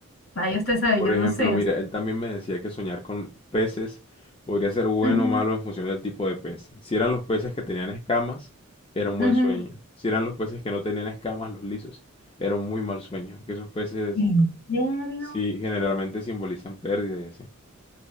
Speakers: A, on the left (about 70°); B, on the left (about 25°).
A: vaya usted sabe,
B: Por
A: yo
B: ejemplo,
A: no sé.
B: mira,
A: o sea,
B: él también me decía que soñar con peces podría ser bueno
A: ujú,
B: o malo en función del tipo de pez. Si eran los peces que tenían escamas, era un
A: ujú.
B: buen sueño. Si eran los peces que no tenían escamas, los lisos, era un muy mal sueño. Que esos peces
A: ¿En serio?
B: sí generalmente simbolizan pérdida y así.